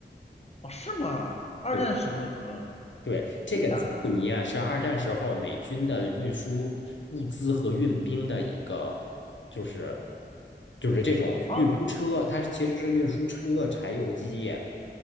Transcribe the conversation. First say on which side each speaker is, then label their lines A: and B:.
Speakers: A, on the left (about 35°); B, on the left (about 80°).
A: 哦，是吗？二战时候的车，
B: 对。对，这个吉布尼啊，
A: 真假的
B: 是二战时候美军的运输物资和运兵的一个，就是就是这种运输车，
A: 啊？
B: 它其实是运输车、柴油机。